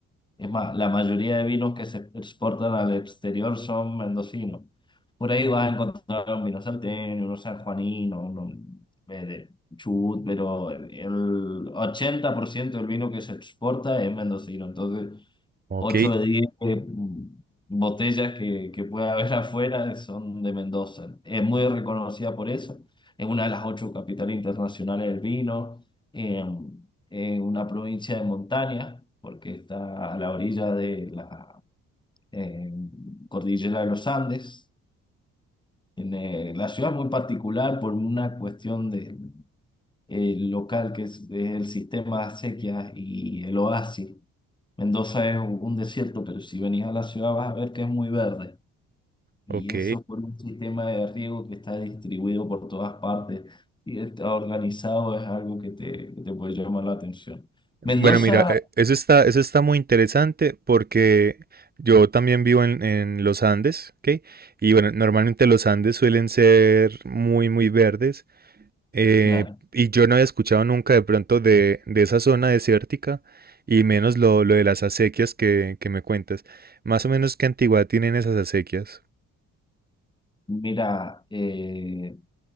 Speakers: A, on the left; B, on the right.
A: Es más, la mayoría de vinos que se exportan al exterior son mendocinos. Por ahí vas a encontrar un vino salteño, uno sanjuanino, uno eh, de Chubut, pero el 80% del vino que se exporta es mendocino. Entonces,
B: Ok,
A: 8 de 10 eh, botellas que, que puede haber <laughs> afuera son de Mendoza. Es muy reconocida por eso. Es una de las ocho capitales internacionales del vino. eh, Es una provincia de montaña, porque está a la orilla de la eh, cordillera de los Andes. Tiene- la ciudad es muy particular por una cuestión de, eh, local, que es, es el sistema de acequias y el oasis Mendoza es un desierto, pero si venís a la ciudad vas a ver que es muy verde. Y
B: ok.
A: eso por un sistema de riego que está distribuido por todas partes y está organizado, es algo que te, que te puede llamar la atención.
B: Bueno,
A: Mendoza,
B: mira, eh, eso está, eso está muy interesante porque yo también vivo en, en los Andes, ¿ok? Y bueno, normalmente los Andes suelen ser muy, muy verdes. Eh,
A: claro,
B: y yo no había escuchado nunca de pronto de, de esa zona desértica y menos lo, lo de las acequias que, que me cuentas. Más o menos qué antigüedad tienen esas acequias.
A: mira, eh,